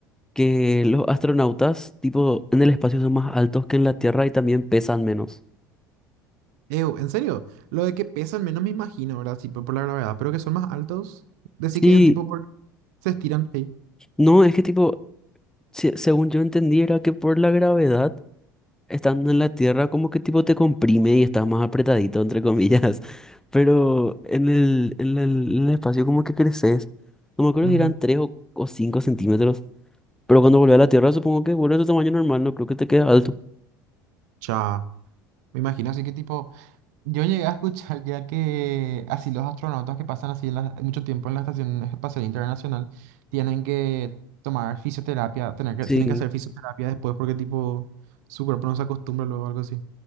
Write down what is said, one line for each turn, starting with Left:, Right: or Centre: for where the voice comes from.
Centre: que los astronautas, tipo, en el espacio son más altos que en la Tierra y también pesan menos.
Right: <laughs> Ew, en serio, lo de que pesan menos me imagino, ¿verdad? Tipo por la gravedad, pero que son más altos. Decir
Centre: Sí,
Right: que tipo por... se estiran. Hey.
Centre: no, es que tipo, se- según yo entendí, era que por la gravedad, estando en la Tierra, como que tipo te comprime y estás más apretadito, entre comillas. <laughs> Pero en el, en la- en el espacio como que creces. No me acuerdo
Right: Ujú.
Centre: si eran tres o, o 5 centímetros. Pero cuando volvés a la Tierra, supongo que vuelve a tu tamaño normal, no creo que te quede alto.
Right: Cha. Me imagino así que tipo. Yo llegué a escuchar ya que así los astronautas que pasan así en la- mucho tiempo en la Estación Espacial Internacional tienen que tomar fisioterapia, tener que,
Centre: Sí,
Right: tienen que hacer fisioterapia después porque tipo su cuerpo no se acostumbra luego algo así.